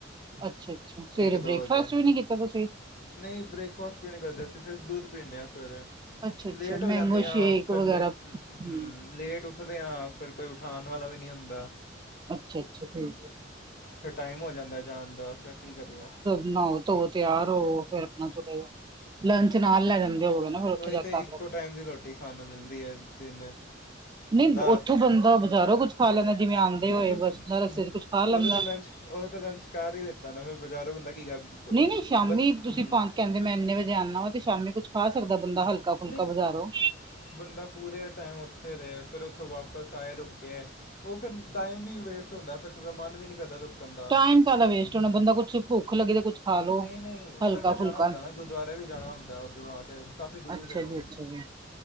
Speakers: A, on the right (about 25°); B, on the left (about 50°).
A: ਅੱਛਾ ਅੱਛਾ ਸਵੇਰੇ
B: ਇੱਕ ਦੋ
A: ਬ੍ਰੇਕਫਾਸਟ
B: ਵਜੇ
A: ਵੀ ਨੀ ਕੀਤਾ ਤੁਸੀਂ?
B: ਨਹੀਂ ਬ੍ਰੇਕਫਾਸਟ ਵੀ ਨਹੀਂ ਕਰਦੇ ਅਸੀਂ ਸਿਰਫ ਦੁੱਧ ਪੀਂਦੇ ਹਾਂ ਸਵੇਰੇ।
A: ਅੱਛਾ ਅੱਛਾ
B: ਲੇਟ ਹੋ
A: ਮੈਂਗੋ
B: ਜਾਂਦੇ ਹਾਂ
A: ਸ਼ੇਕ
B: ਫਿਰ
A: ਵਗੈਰਾ
B: ਲ
A: ਹੂੰ
B: ਹਮ ਲੇਟ ਉ ਉੱਠਦੇ ਹਾਂ ਫਿਰ ਕੋਈ ਉਠਾਉਣ ਵਾਲਾ ਵੀ ਨਹੀਂ ਹੁੰਦਾ।
A: ਅੱਛਾ ਅੱਛਾ, ਠੀਕ ਹੈ।
B: ਫਿਰ ਟਾਈਮ ਹੋ ਜਾਂਦਾ ਹੈ ਜਾਣ ਦਾ ਫਿਰ ਕੀ ਕਰੀਏ
A: ਨ੍ਹਾਓ ਧੋ ਤਿਆਰ ਹੋ ਫੇਰ ਆਪਣਾ ਚਲੇ ਜਾ ਲੰਚ ਨਾਲ ਲੈ ਜਾਂਦੇ ਹੋਗੇ ਨਾ ਫਿਰ ਉੱਥੇ
B: ਉਹੀ
A: ਜਾ ਕਰ
B: ਤੇ ਇੱਕੋ
A: ਲੈਂਦੇ
B: ਟਾਈਮ ਦੀ ਰੋਟੀ ਖਾਣ ਨੂੰ ਮਿਲਦੀ ਹੈ ਦਿਨ ਚ।
A: ਨਹੀਂ
B: ਸਧ
A: ਉੱਥੋਂ ਬੰਦਾ ਬਜ਼ਾਰੋਂ ਕੁੱਝ ਖਾ ਲੈਂਦਾ ਜਿਵੇਂ ਆਉਂਦੇ
B: ਨਹੀਂ
A: ਹੋਏ
B: ਬੱਚੇ
A: ਬਸ ਰਸਤੇ ਚ ਕੁੱਛ ਖਾ ਲੈਂਦਾ
B: ਉਹਦੇ ਤੇ ਲੰਚ ਉਹਦੇ ਤੇ ਲੰਚ। <unintelligible> ਕਰ ਹੀ ਲਿੱਤਾ ਨਾ ਫਿਰ ਬਾਜ਼ਾਰੋਂ ਬੰਦਾ ਕੀ ਕਰ
A: ਨਹੀਂ ਨਹੀਂ ਸ਼ਾਮੀ
B: ਬੰ
A: ਤੁਸੀਂ
B: ਹੂੰ,
A: ਪੰਜ ਕਹਿੰਦੇ ਮੈਂ ਇਨੇ ਵਜੇ ਆਨਾ ਵਾਂ ਤੇ ਸ਼ਾਮੀ ਕੁੱਛ ਖਾ ਸਕਦਾ ਬੰਦਾ ਹਲਕਾ ਫੁਲਕਾ
B: ਨਹੀਂ
A: ਬਜ਼ਾਰੋ।
B: ਬੰਦਾ ਪੂਰੇ ਟਾਈਮ ਉੱਥੇ ਰਹੇ, ਫਿਰ ਉੱਥੋਂ ਵਾਪਸ ਆਏ, ਰੁਕੇ। ਉਹ ਫਿਰ ਟਾਈਮ ਵੀ ਵੇਸਟ ਹੁੰਦਾ ਫਿਰ ਖ ਮਨ ਵੀ ਨਹੀਂ ਕਰਦਾ ਰੁਕਣ ਦਾ
A: ਟਾਈਮ ਕਾਹਦਾ
B: ਫ ਹੂੰ
A: ਵੇਸਟ ਹੋਣਾ ਬੰਦਾ ਕੁੱਛ ਭੁੱਖ ਲੱਗੇ ਤੇ ਕੁੱਛ ਖਾ ਲੋ
B: ਨਹੀਂ ਨਹੀਂ,
A: ਹਲਕਾ
B: ਫਿਰ ਮੈਂ
A: ਫੁਲਕਾ
B: ਜਾਣਾ ਹੁੰਦਾ ਨਾ ਗੁਰਦੁਆਰੇ ਵੀ ਜਾਣਾ ਹੁੰਦਾ ਉਧਰੋਂ ਆ ਕੇ ਕਾਫੀ ਦੂਰ
A: ਅੱਛਾ
B: ਏ ਉਹ
A: ਜੀ ਅੱਛਾ ਜੀ